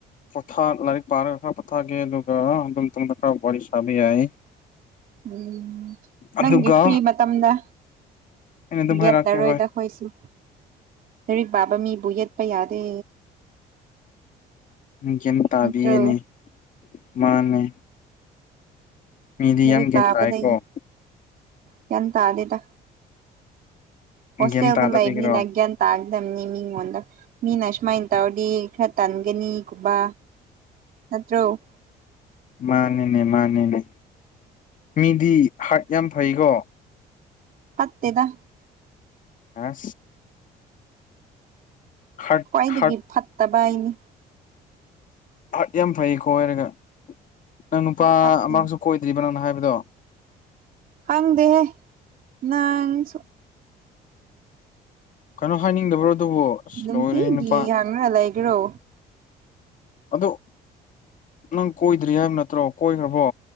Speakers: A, on the left; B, on the right.
A: ꯄꯣꯊ ꯂꯥꯏꯔꯤꯛ ꯄꯥꯔꯒ ꯈꯔ ꯄꯣꯊꯥꯒꯦ ꯑꯗꯨꯒ ꯑꯗꯨꯝ ꯇꯨꯡꯗ ꯈꯔ ꯋꯥꯔꯤ ꯁꯥꯕ ꯌꯥꯏ <inaudible>
B: ꯎꯝ ꯅꯪꯒꯤ
A: ꯑꯗꯨꯒ
B: ꯐ꯭ꯔꯤ ꯃꯇꯝꯗ
A: ꯑꯩꯅ ꯑꯗꯨꯝ
B: ꯌꯦꯠꯂꯔꯣꯏꯗ
A: ꯍꯥꯏꯔꯛꯀꯦ ꯍꯣꯏ
B: ꯍꯣꯏꯁꯤ ꯂꯔꯤꯛ ꯄꯥꯕ ꯃꯤꯕꯨ ꯌꯦꯠꯄ ꯌꯥꯗꯦ
A: ꯒꯤꯌꯥꯜ ꯇꯥꯕꯤꯌꯦꯅꯦ
B: ꯅꯠꯇ꯭ꯔꯣ
A: ꯃꯥꯅꯦ ꯃꯤꯗꯤ
B: ꯂꯥꯏꯔꯤꯛ
A: ꯌꯥꯝ
B: ꯄꯥꯕꯗꯒꯤ
A: ꯒ꯭ꯌꯥꯟ ꯇꯥꯏꯀꯣ
B: ꯒꯤꯌꯥꯜ ꯇꯥꯗꯦꯗ ꯍꯣꯁꯇꯦꯜꯗ
A: ꯒ꯭ꯌꯥꯟ ꯇꯥꯗꯕꯒꯤꯔꯣ
B: ꯂꯩꯕꯅꯤꯅ ꯒꯌꯥꯟ ꯇꯥꯛꯗꯝꯕꯅꯤ ꯃꯤꯉꯣꯟꯗ ꯃꯤꯅ ꯑꯁꯨꯃꯥꯏꯅ ꯇꯧꯔꯗꯤ ꯈꯔ ꯇꯟꯒꯅꯤꯒꯨꯝꯕ ꯅꯠꯇ꯭ꯔꯣ
A: ꯃꯥꯅꯤꯅꯦ ꯃꯥꯅꯤꯅꯦ ꯃꯤꯗꯤ ꯍꯥꯔꯠ ꯌꯥꯝ ꯐꯩꯀꯣ
B: ꯐꯠꯇꯦꯗ
A: ꯍꯥ ꯍꯥꯔꯠ
B: ꯈ꯭ꯋꯥꯏꯗꯒꯤ
A: ꯍꯥꯔꯠ
B: ꯐꯠꯇꯕ ꯑꯩꯅꯤ
A: ꯑꯠ ꯌꯥꯝ ꯐꯩꯀꯣ ꯀꯣꯏꯔꯒ ꯅꯪ ꯅꯨꯄꯥ
B: ꯐꯠꯇꯦ
A: ꯑꯃꯛꯁꯨ ꯀꯣꯏꯗ꯭ꯔꯤꯕ ꯅꯪꯅ ꯍꯥꯏꯕꯗꯣ
B: ꯈꯪꯗꯦꯍꯦ ꯅꯪꯁꯨ
A: ꯀꯩꯅꯣ ꯍꯥꯏꯅꯤꯡꯗꯕ꯭ꯔꯣ ꯑꯗꯨꯕꯨ ꯑꯁ
B: ꯅꯨꯡꯇꯤꯒꯤ
A: ꯂꯣꯏꯔꯦ ꯅꯨꯄꯥ
B: ꯍꯪꯉ ꯂꯩꯒꯦꯔꯣ
A: ꯑꯗꯣ ꯅꯪ ꯀꯣꯏꯗ꯭ꯔꯤ ꯍꯥꯏꯕ ꯅꯠꯇ꯭ꯔꯣ ꯀꯣꯏꯈ꯭ꯔꯕꯣ